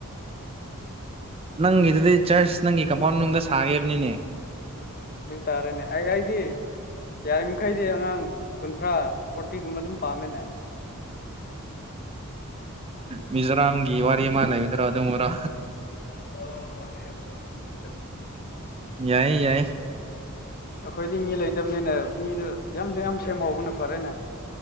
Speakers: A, on the right; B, on the left.
A: ꯅꯪꯒꯤꯗꯨꯗꯤ ꯆꯥ꯭ꯔꯁ ꯅꯪꯒꯤ ꯀꯝꯄꯥꯎꯟ ꯃꯅꯨꯡꯗ ꯁꯥꯒꯦ ꯍꯥꯏꯕꯅꯤꯅꯦ
B: ꯑꯗꯨ ꯇꯥꯔꯦꯅꯦ ꯑꯩ ꯑꯩꯗꯤ ꯌꯥꯔꯤꯃꯈꯩꯗꯤ ꯑꯉꯥꯡ ꯀꯨꯟꯊ꯭ꯔꯥ ꯐꯣꯔꯇꯤꯒꯨꯝꯕ ꯑꯗꯨꯝ ꯄꯥꯝꯃꯦꯅꯦ
A: ꯃꯤꯖꯣꯔꯥꯝꯒꯤ ꯋꯥꯔꯤ ꯑꯃ ꯂꯩꯕꯗꯨꯔꯣ ꯑꯗꯨꯝꯕꯥꯔꯣ
B: ꯑꯣ ꯍ <unintelligible>
A: ꯌꯥꯏ ꯌꯥꯏ
B: ꯑꯩꯈꯣꯏꯗꯤ ꯃꯤ ꯂꯩꯇꯕꯅꯤꯅ ꯃꯤꯗꯣ ꯌꯥꯝꯁꯨ ꯌꯥꯝ ꯁꯦꯝꯍꯧꯕꯅꯦ ꯐꯔꯦꯅꯦ